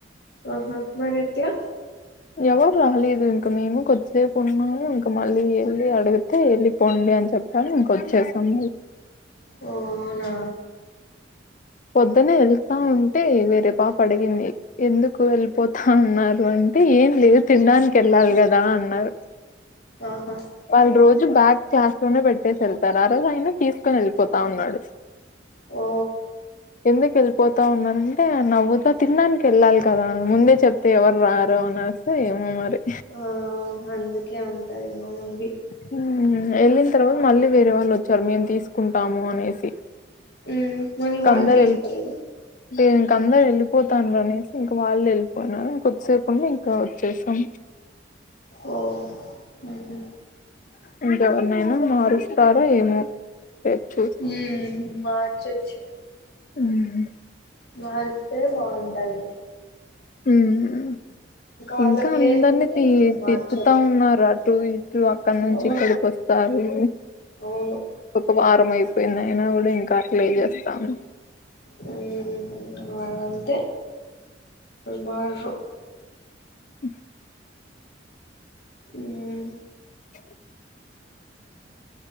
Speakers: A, on the left; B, on the left.
A: ఒహొమరి ఎట్లా
B: ఎవరు రాలేదు ఇంక మేము కొద్దిసేపు ఉన్నాము ఇంక మళ్ళీ వెళ్ళి అడిగితే వెళ్ళిపోండి అని చెప్ ప్పారు ఇంకొచ్చేసాం
A: ఓ నా
B: పొద్దునే వెళ్తా ఉంటే వేరేపాప అడిగింది ఎందుకు వెళ్ళిపోత్ తున్నారు అంటే ఏం లేదు తినడానికి వెళ్ళాలి కదా అన్నారు
A: ఆహా
B: వాళ్ళు రోజు బ్యాగ్ క్లాస్ లోనే పెట్టేసి వెళ్తారు ఆ రోజు అయన తీసుకొని వెళ్ళిపోతా ఉన్నాడు
A: ఓ
B: ఎందుకు వెళ్ళిపోతా ఉన్నారండి అంటే నవ్వుతా తినడానికి వెళ్ళాలి కదా ముందే చెప్తే ఎవరు రారు అనేసి ఏమో మరి
A: ఊ అందుకే అంటారేమో మేబి
B: హ్మ్మ్ వెళ్ళిన తర్వాత మళ్ళీ వేరే వాళ్ళు వచ్చారు మేము తీసుకుంటాము అనేసి
A: ఉమ్ మరి
B: ఇంక
A: వాళ్ళు
B: అందరు
A: తీసుకోలేద
B: వెళ్ళి ఇంక అందరు వెళ్ళిపోతాండారు అనేసి ఇంకా వాళ్ళు వెళ్ళిపోయినారు ఇంకొద్దిసేపుంటే ఇంకా వచ్చేసాం
A: ఓ హు హు
B: ఇంకెవరినైనా మారుస్తారో ఏమో సచ్చు
A: ఉమ్ మార్చచ్చు
B: ఉహూ
A: మార్స్తే బాగుంటది
B: ఉమ్
A: వాళ్ళకి
B: ఇంకా అందరినీ
A: లేకుంటే
B: తి
A: ఇంకా మార్చరు
B: తిప్పుతా ఉన్నారు అటు ఇటు అక్కడ నుంచి
A: ఆ
B: ఇక్కడికి వస్త ఒకసారి
A: అవును
B: ఒక వారం అయిపోయింది అయినా కూడా ఇంకా అట్లే చేస్తాను
A: హ్మ్మ్ వాళ్ళంతే మారరు
B: హ
A: ఉమ్
B: <inaudible>